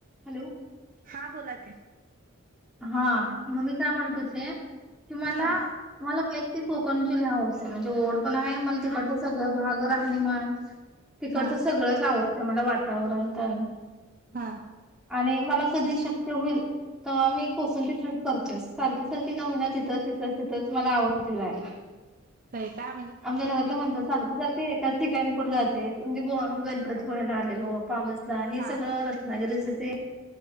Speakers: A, in the centre; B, on the right (about 40°).
A: Hello
B: हा बोलायच
A: हा मग मी काय म्हणते होते तुम्हाला
B: हा
A: मला ती कोकणची लय हौस आहे म्हणजे ओड पण आहे मला तिकडच सगळं भाग राहणीमान तिकडचं
B: हा
A: सगळच च आवडतं मला वातावरण पण
B: हा
A: आणि मला कधी शक्य होईल तर आम्ही कोकणची ट्रीप करतेस सारखी सारखी का होईना तिथं तिथ तेच मला आवडते जायला
B: होय का
A: आमच्या घरातले म्हणतात सारखे सारखे एकाच ठिकाणी कुठे जातेस म्हणजे गोवा गणपतीपुळेला
B: हा
A: आलेलो पावसला हे
B: हा
A: सगळं रत्नागिरीच इथे